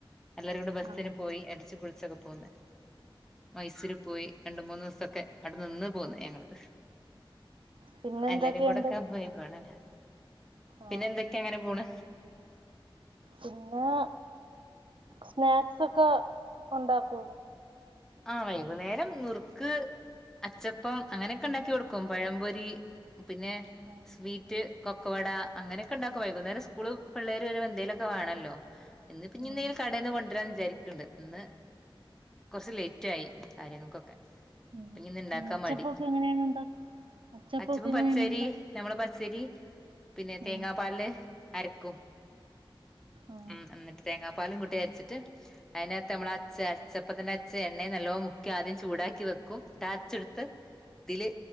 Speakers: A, in the centre; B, on the right.
A: എല്ലാരും കൂടെ ബസ്സിന്
B: ആ.
A: പോയി അടിച്ച് പൊളിച്ചൊക്കെ പോന്ന് മൈസൂര് പോയി രണ്ട് മൂന്നു ദിവസൊക്കെ അവടെ നിന്ന് പോന്ന് ഞങ്ങള്
B: പിന്നെന്തൊക്കെയുണ്ട്?
A: എല്ലാരും കൂടൊക്കെ പോയേക്കുവാണ് അല്ലേ പിന്നെ
B: ആ.
A: എന്തൊക്കെ അങ്ങനെ പോണ്
B: പിന്നെ സ്നാക്സൊക്കെ ഒണ്ടാക്കോ
A: ആഹ് വൈകുന്നേരം നുറുക്ക് അച്ചപ്പം അങ്ങനെയൊക്കെ ഒണ്ടാക്കി കൊടുക്കും പഴംപൊരി പിന്നെ
B: ഉം.
A: സ്വീവീറ്റ് കൊക്കുവട അങ്ങനെയൊക്കെ ഇണ്ടാക്കും വൈകുന്നേരം സ്കൂള് പിള്ളേര് വരുമ്പോ എന്തേലൊക്കെ വണല്ലോ ഇന്ന് ഇപ്പ ഇഞ്ഞി
B: ആ.
A: എന്തേലും കടെന്ന് കൊണ്ടുവരാന്ന് വിചാരിക്കണ്ട് ഇന്ന് കൊറച്ച് ലേ റ്റായി കാര്യങ്ങൾക്കൊക്കെ
B: ഉം.
A: ഇപ്പിന്ന് ഇണ്ടാക്കാൻ
B: പിന്നെ അച്ചപ്പൊക്കെ
A: മടി
B: എങ്ങനെയാണ് ഉണ്ടാക്കുക? അച്ചപ്പൊക്കെ
A: അച്ചപ്പൻ
B: എങ്ങനെയാണ്
A: പച്ചേരി
B: ഉണ്ടാക്കുക?
A: നമ്മള് പച്ചരി പിന്നെ തേങ്ങ
B: ആ
A: പാല് അരക്കും
B: ആ.
A: ഉം എന്നിട്ട് തേങ്ങാപ്പാലും കൂട്ടി അരിച്ചിട്ട് അയിനാത്ത് ഞമ്മള് അച്ച അച്ചപ്പത്തിന്റെ അ ച്ച് എണ്ണെ നല്ലോ മുക്കി ആദ്യം ചൂടാക്കി വെക്കും അരച്ചെടുത്ത് ഇതില്